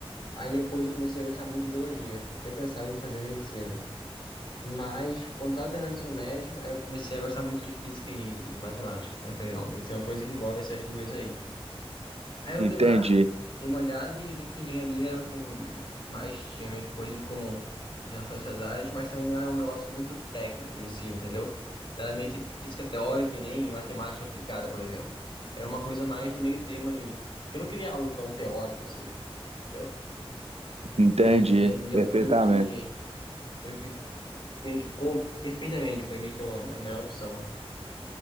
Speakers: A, on the left; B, on the right.
A: Aí depois eu comecei a gostar muito de biologia, até pensava em fazer medicina. Mas quando tava terminando o ensino médio, aí eu comecei a gostar muito de física e, e matemática. Aí eu falei, não, tem que ser uma coisa que envolve essas duas aí. Aí eu
B: Entendi.
A: vi lá, dei uma olhada e vi que engenharia era o que mais tinha meio que coisa em comum em relação a essas áreas, mas também não era um negócio muito técnico em si, entendeu? Não Era meio que física teórica e nem matemática aplicada, por exemplo. Era uma coisa mais no meio termo ali. Porque eu não queria algo tão teórico assim, entendeu?
B: Entendi,
A: A engenharia
B: perfeitamente.
A: foi o que, foi o que meio que coube perfeitamente, foi meio que a a melhor opção.